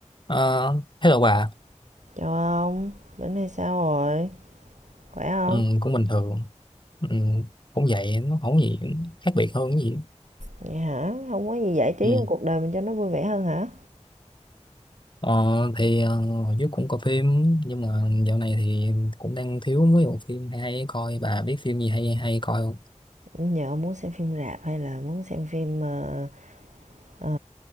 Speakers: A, on the left; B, on the right.
A: Ờ, hello bà
B: Chào ông, bữa nay sao rồi? Khỏe không?
A: ừ, cũng bình thường ừ, cũng vậy nó không có gì khác biệt hơn cái gì
B: Vậy hả? Không có gì giải trí
A: ừ.
B: trong cuộc đời mình cho nó vui vẻ hơn hả?
A: ờ, thì ờ, hồi trước cũng coi phim nhưng mà dạo này thì cũng đang thiếu mấy bộ phim hay hay coi bà biết phim gì hay hay coi không
B: Nhờ ông muốn xem phim rạp hay là muốn xem phim ờ, ờ,